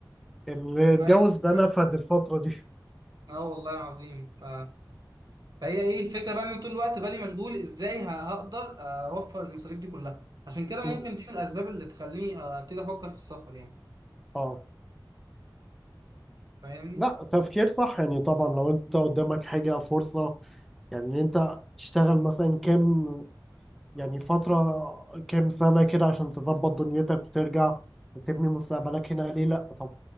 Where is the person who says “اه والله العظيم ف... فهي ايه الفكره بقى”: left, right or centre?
Right